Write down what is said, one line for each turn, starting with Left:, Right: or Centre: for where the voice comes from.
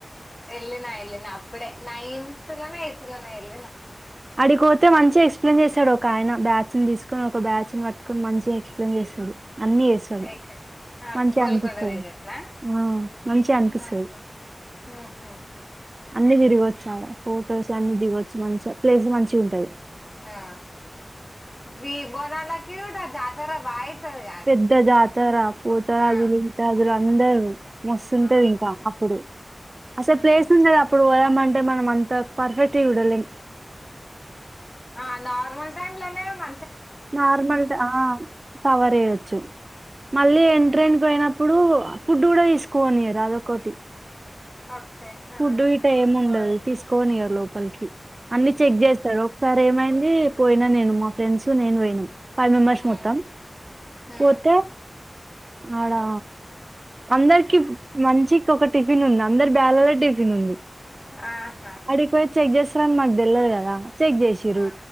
Left: ఎలినా ఎలినా అప్ పుడే నైన్త్లో నా ఎయిత్ లో న వెళ్లిన
Right: అడిపోతే మంచిగా ఎక్స్ప్లెయిన్ చేస్తాడు, ఒక ఆయన బ్యాచ్ ని తీసుకొని ఒక బ్యాచ్ని పట్టుకొని మంచిగా ఎక్స్ప్లెయిన్ చేస్తాడు అన్నీ ఎస్తది
Left: ఎక్ ఆ
Right: మంచిగా
Left: గోల్కొండ
Right: అనిపిస్తుంది
Left: దగ్గరనా
Right: ఆ మంచిగా అనిపిస్తాది
Left: ఆహా ఉహు
Right: అన్ని తిరగవచ్చు ఆడ ఫొటోస్ అన్ని దిగొచ్చు మంచి ప్లేస్ మంచి ఉంటది
Left: ఆ బి బోనాలకిడి వ జతార బా అయితది కాడ
Right: పెద్ద జాతార పోతారాజులు
Left: ఆ
Right: ఇంకా అ అందరు మస్తుంటది
Left: అవునవును
Right: ఇంకా అప్పుడు అసలు
Left: ఉమ్,
Right: ప్లేస్ ఉంద అప్పుడు అంటే మనం అంత పర్ఫెక్ట్ చూడలేం
Left: ఆ నార్మల్ టైమ్ లోనే మ
Right: నార్మల్ అ కవర్ అయ్యొచ్చు మళ్ళీ ఎంట్రైన్కి
Left: హ్మ్
Right: పోయినప్పుడు ఫుడ్డు కూడా తీస్ కోని రాజకోటి
Left: ఓకే
Right: ఫుడ్
Left: ఆ
Right: విట ఏం ఉండది తీసుకోనివ లోపలికి అన్ని చెక్
Left: ఉహు
Right: చేస్తారు ఒక ఏమైంది పోయినా నేను మా ఫ్రెండ్స్ నేను పోయినాం ఫైవ్ మెంబర్స్
Left: ఉ
Right: మొత్తం
Left: ఉ
Right: పోతే ఆడా అందరికి మంచికి ఒక టిఫిన్ ఉంది, అందరి బ్యాలాల. టిఫిన్ ఉంది
Left: ఆహా
Right: అడికి పోయి చెక్ చేసర్ అన్ మాగ్ దెలద్ కదా చెక్ చేసిరూ
Left: ఆ